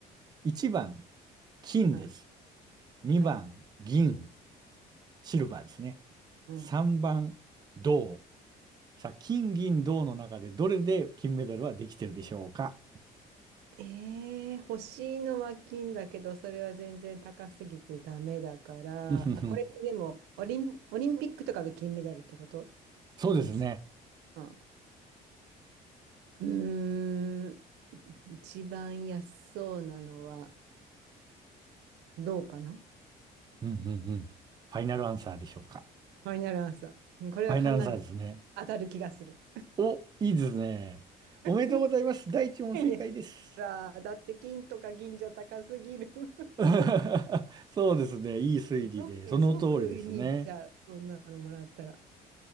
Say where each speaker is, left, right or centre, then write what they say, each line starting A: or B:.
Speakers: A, on the right (about 25°); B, on the right (about 85°).
A: 1番、金です。
B: あ、うん
A: 2番、
B: はい。
A: 銀、シルバーですね。
B: うん。
A: 3番、銅。さあ、金、銀、銅の中でどれで金メダルはできてるでしょうか
B: ええ欲しいのは金だけど、それは全然高すぎてダメだから、
A: うんうんうん
B: あ、これってでも、オリン、オリンピックとかの金メダルってこと
A: <laughs> そうですね。
B: ですか。うん。うーん、一番安そうなのは、どうかなフ
A: うんうんうん。ファイナルアンサーでしょうか。
B: ァイナルアンサー。これは簡単、
A: ファイナルアンサーですね。
B: 当たる気がする。
A: お、いいですね。おめでとうございます。
B: <laughs>
A: 第一問正解です。
B: いや、だだって金とか銀じゃ高すぎる。<laughs>
A: <laughs> そうですね。いい推理で、
B: 即、
A: その通りですね。
B: 即売りに行っちゃう、そんなのもらったら。